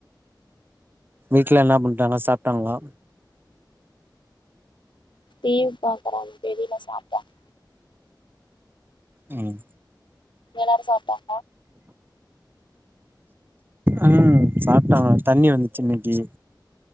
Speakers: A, on the right (about 25°); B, on the left (about 85°).
A: வீட்ல என்ன பண்றாங்க சாப்ட்டாங்ளா
B: டீவி பாக்கறாங்க தெரில சாப்டாங்
A: ம்
B: அங்க எல்லாரு சாப்டாங்லா
A: ம் சாப்ட்டாங்க தண்ணி வந்துச்சி இன்னைக்கி